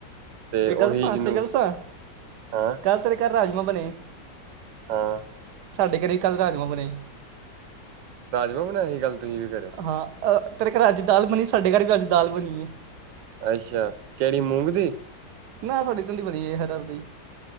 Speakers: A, on the right; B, on the right.
A: ਤੇ
B: ਇਹ ਗੱਲ
A: ਉਹੀ
B: ਦੱਸਾਂ,
A: ਜਿਹਨੂੰ
B: ਸਈ ਗੱਲ ਦੱਸਾਂ,
A: ਹਾਂ
B: ਕੱਲ੍ਹ ਤੇਰੇ ਘਰ ਰਾਜਮਾਂ ਬਣੇ।
A: ਹਾਂ।
B: ਸਾਡੇ ਘਰੇ ਕੱਲ੍ਹ ਰਾਜਮਾਂ ਬਣੇ।
A: ਰਾਜਮਾਂ ਬਣਾਏ ਸੀ ਕਲ ਤੁਹੀਂ ਵੀ ਘਰੇ?
B: ਹਾਂ ਅ ਤੇਰੇ ਘਰ ਅੱਜ ਦਾਲ ਬਣੀ, ਸਾਡੇ ਘਰ ਵੀ ਅੱਜ ਦਾਲ ਬਣੀਏ।
A: ਅੱਛਾ ਕਿਹੜੀ ਮੂੰਗ ਦੀ।
B: ਨਾ ਸਾਡੀ ਧਦੀ ਬਣੀ ਏ ਹਰਹਰ ਦੀ